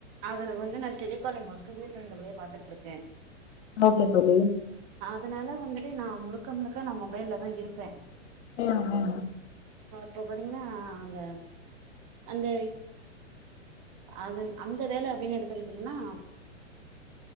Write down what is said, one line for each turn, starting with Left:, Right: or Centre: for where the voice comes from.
Right: எனக்கு வந்து நா டெலிகாலிங் ஒர்க் வீட்ல இருந்தபடியே பாத்துட்டுருக்க
Left: ஓகே தோழி
Right: அதுனால வந்துட்டு நா முழுக்க முழுக்க நா மொபைல்லதா இருப்ப
Left: ஆ அ ஆ
Right: இப்ப பாத்தீங்கன்னா அந்த அந்த அ அந்த வேல அப்டின்னு எடுத்துக்கிட்டீங்கன்னா